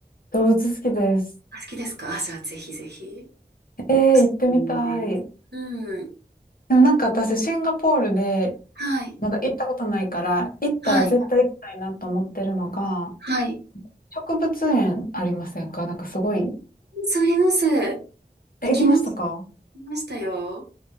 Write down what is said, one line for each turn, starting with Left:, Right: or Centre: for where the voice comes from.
Left: 動物好きです。
Right: あ、好きですかあ、じゃあぜひぜひ。
Left: えー、
Right: おすすめです。
Left: 行ってみたい。
Right: うん。
Left: でもなんか私、シンガポールで
Right: はい。
Left: まだ行ったことないから、行ったら絶対行きたいなと思ってるのが、
Right: はい。はい。
Left: 植物園ありませんかなんかすごい、
Right: そうあります。行きまし、
Left: え、行きましたか
Right: 行きましたよ。